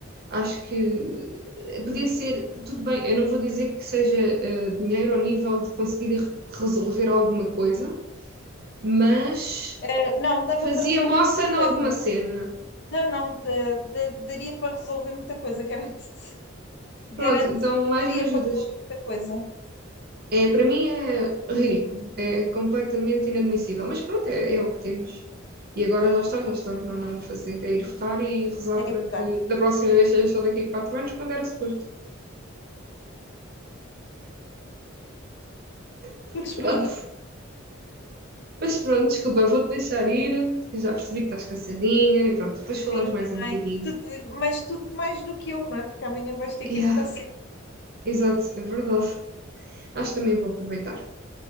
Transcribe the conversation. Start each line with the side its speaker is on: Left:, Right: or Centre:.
Right: Acho que eh, podia ser, tudo bem, eu não vou dizer que seja eh, dinheiro ao nível de conseguir re- resolver alguma coisa, mas
Left: Eh, Não, dava
Right: fazia
Left: para resolver
Right: moça
Left: muita
Right: em
Left: coisa.
Right: alguma cena.
Left: Não, não, da- da- daria para resolver muita coisa, garanto-te. Garanto
Right: Pronto, então
Left: que
Right: mais
Left: daria
Right: me ajudas.
Left: para resolver muita coisa.
Right: É, para mim é ridículo, é completamente inadmissível, mas pronto, é, é o que temos. E agora já está, já estamos, não há nada a fazer. É ir votar e rezar
Left: É
Right: para
Left: ir votar.
Right: que da próxima vez seja só daqui a quatro anos, quando era suposto. <laughs>
Left: Corresponde.
Right: Pronto. Mas pronto, desculpa, vou-te deixar ir, que eu já percebi que estás cansadinha e pronto, depois falamos
Left: Sim,
Right: mais
Left: também.
Right: um bocadinho.
Left: Tu- te- mas tudo mais do que eu, não é? Porque amanhã vais ter
Right: Yeah,
Left: que ir votar cedo.
Right: exato, é verdade. Acho que também vou aproveitar.